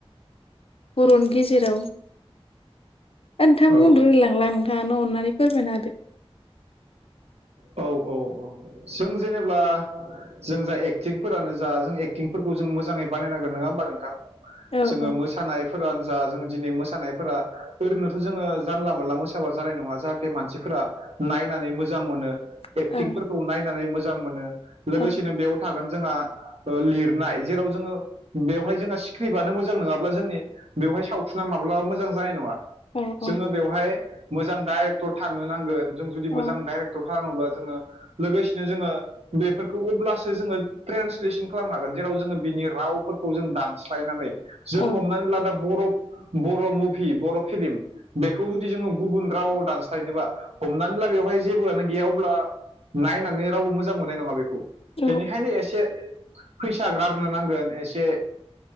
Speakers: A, on the left; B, on the right.
A: बर'नि गेजेराव नोंथां बुंनो
B: औ
A: रोंला हांला नोंथाङानो अननानै फोरमायना होदो।
B: औ औ औ जों जेनेब्ला जों जा एक्टिंफोरानो जा जों एक्टिंफोरखौ जों मोजाङै बानायनांगोन नङा होमबा नोंथां।
A: औ
B: जोङो मोस मोसानायफोरानो जा जों दिनै मोसानायफोरा ओरैनोथ' जोङो जानला मोनला मोसाबा जानाय नङा जाहाथे मानसिफोरा नायन नाय मोजां मोनो
A: औ
B: एक्टिंफोरखौ नायनानै मोजां मोनो लोगोसेनो
A: औ
B: बेयाव थागोन जोंहा ओ लिरनाय जेराव जोङो बेवहाय जोंहा स्क्रिप्टआनो मोजां नङाब्ला जोंनि बेवहाय सावथुना माब्लाब मोजां जानाय नङा।
A: औ औ
B: जोङो बेवहाय मोजां डाइरेक्टर थानो नांगोन जों जुदि
A: औ
B: मोजां डाइरेक्टर खालाम खालामोबा जोङो लोगोसेनो जोङो बेफोरखौ अब्लासो जोङो। ट्रेन्सलेसन खालामनो हागोन जेराव जोङो बिनि रावफोरखौ जों दानस्लायनानै। जों
A: औ
B: हमनानै लादा बर' बर' मुभि बर' फिलिम। बेखौ जुदि जोङो गुबुन रावाव दानस्लायनोबा हमनानै ला बेवहाय जेबोआनो गैया अब्ला नायनानै रावबो मोजां मोननाय नङा बेखौ।
A: औ
B: बेनिखायनो एसे फैसा गारनो नांगोन एसे